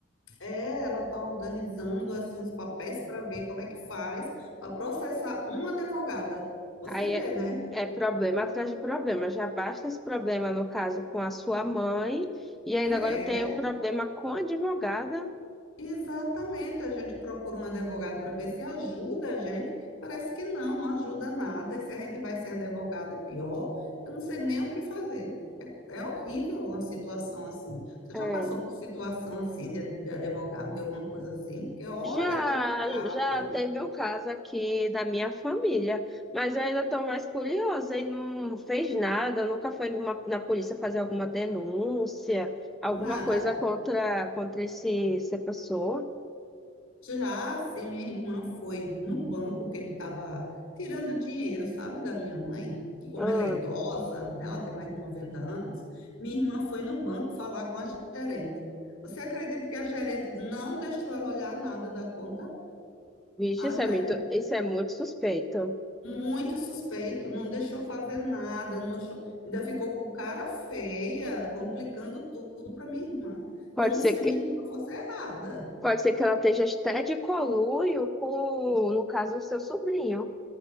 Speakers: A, on the left; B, in the centre.
A: É, ela tá organizando assim uns papéis para ver como é que faz para processar uma advogada. Você
B: Aí
A: vê,
B: é,
A: né?
B: é problema atrás de problema. Já basta esse problema, no caso, com a sua mãe, e ainda
A: É, é
B: agora tem um problema com a advogada.
A: Exatamente, a gente procura um advogado para ver se ajuda a gente. Parece que não, não ajuda nada. E se a gente vai ser um advogado pior, eu não sei nem o que fazer. É, é horrível uma situação assim. Você
B: É.
A: já passou por situação assim de, de advogado, de alguma coisa assim? Porque, olha,
B: Já,
A: é complicado.
B: já teve um caso aqui da minha família, mas eu ainda estou mais curiosa e não fez nada, nunca foi numa- na polícia fazer alguma denúncia, alguma
A: Nada.
B: coisa contra, contra esse, essa pessoa.
A: Já se minha irmã foi no banco que ele estava tirando dinheiro, sabe, da minha mãe, e como
B: Ah,
A: ela é idosa, né, ela tem mais de 90 anos, minha irmã foi no banco falar com a gerente. Você acredita que a gerente não deixou ela olhar nada da conta?
B: vixe,
A: A
B: isso
A: gerente,
B: é muito, isso é muito suspeito.
A: muito suspeito, não deixou fazer nada, não achou, ainda ficou com cara feia, complicando tudo para minha irmã,
B: Pode
A: como
B: ser
A: se a
B: que
A: minha irmã fosse errada.
B: Pode ser que ela esteja até de conluio com, no caso, o seu sobrinho.